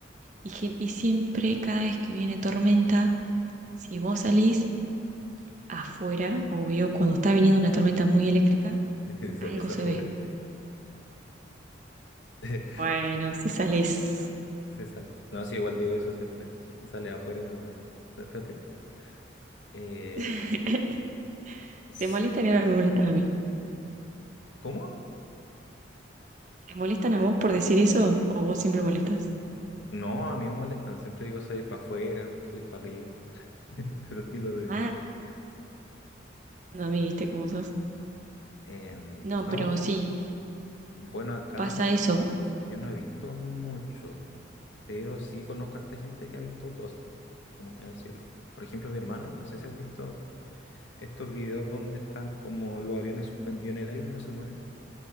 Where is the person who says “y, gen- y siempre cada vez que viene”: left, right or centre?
Right